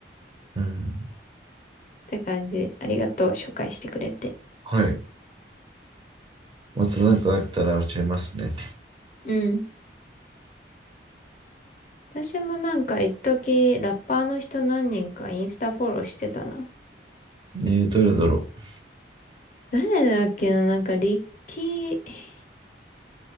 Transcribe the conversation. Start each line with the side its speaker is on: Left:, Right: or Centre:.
Right: うん。
Left: て感じ。ありがとう、紹介してくれて。
Right: はい。また何かあったら教えますね。
Left: うん。私もなんか一時ラッパーの人何人かインスタフォローしてたな。
Right: ねえ、どれだろう。
Left: 誰だっけななんかリッキー、